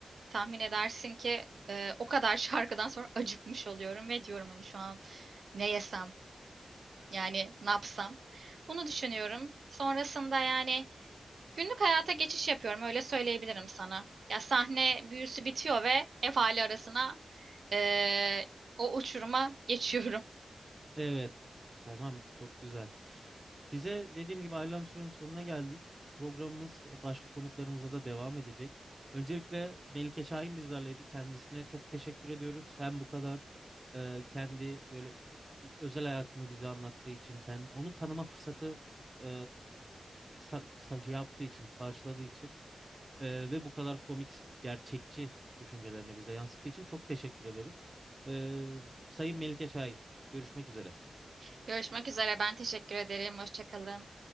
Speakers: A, on the right; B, on the right.
A: tahmin edersin ki e, o kadar <laughs> şarkıdan sonra acıkmış oluyorum ve diyorum hani şu an ne yesem yani ne yapsam. Bunu düşünüyorum. Sonrasında yani Günlük hayata geçiş yapıyorum öyle söyleyebilirim sana. Ya sahne büyüsü bitiyor ve ev hali arasına eee, o uçuruma geçiyorum.
B: Evet. Tamam, çok güzel. Bize dediğim gibi ayrılan sürenin sonuna geldik. Programımız başka konuklarımızla da devam edecek. Öncelikle Melike Şahin bizlerleydi. Kendisine çok teşekkür ediyoruz. Hem bu kadar e, kendi böyle özel hayatını bize anlattığı için, kendi, onu tanıma fırsatı e, sa- sa- şey yaptığı için, karşıladığı için e, ve bu kadar komik, gerçekçi düşüncelerini bize yansıttığı için çok teşekkür ederim. E, Sayın Melike Şahin, görüşmek üzere.
A: <laughs> Görüşmek üzere ben teşekkür ederim. Hoşça kalın.